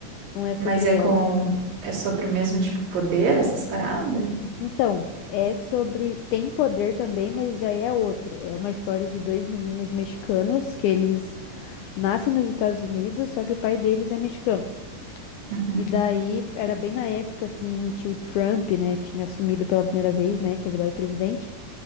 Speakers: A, on the left; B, on the right.
A: não é sobre
B: Mas é
A: ela.
B: com. É sobre o mesmo, tipo, poder, essas paradas?
A: Então, é sobre. Tem poder também, mas já é outro. É uma história de dois meninos mexicanos que eles nascem nos Estados Unidos, só que o pai deles é mexicano.
B: Uhum.
A: E daí, era bem na época, assim, que o Trump, né, tinha assumido pela primeira vez, né, tinha virado presidente.